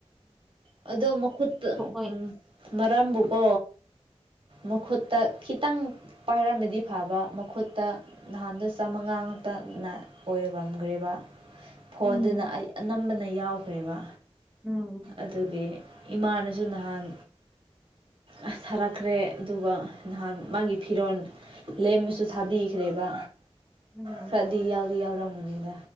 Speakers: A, on the right; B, in the centre.
A: ꯑꯗꯣ ꯃꯈꯨꯠꯇ
B: <unintelligible>
A: ꯃꯔꯝꯕꯨꯀꯣ ꯃꯈꯨꯠꯇ ꯈꯤꯇꯪ ꯄꯥꯏꯔꯝꯃꯗꯤ ꯐꯕ ꯃꯈꯨꯠꯇ ꯅꯍꯥꯟꯗ ꯆꯥꯝꯃꯉꯥ ꯉꯥꯛꯛꯇꯅ ꯑꯣꯏꯔꯝꯒꯔꯦꯕ ꯐꯣꯟꯗꯨꯅ
B: ꯎꯝ
A: ꯑꯩ ꯑꯅꯝꯕꯅ ꯌꯥꯎꯈ꯭ꯔꯦꯕ
B: ꯎꯝ
A: ꯑꯗꯨꯒꯤ ꯏꯃꯥꯅꯁꯨ ꯅꯍꯥꯟ ꯑꯥ ꯊꯔꯛꯈ꯭ꯔꯦ ꯑꯗꯨꯒ ꯅꯍꯥꯟ ꯃꯥꯒꯤ ꯐꯤꯔꯣꯟ ꯂꯦꯝꯃꯁꯨ ꯊꯥꯕꯤꯈ꯭ꯔꯦꯕ
B: ꯎꯝ
A: ꯈꯔꯗꯤ ꯌꯥꯎꯗꯤ ꯌꯥꯎꯔꯝꯒꯅꯤꯗ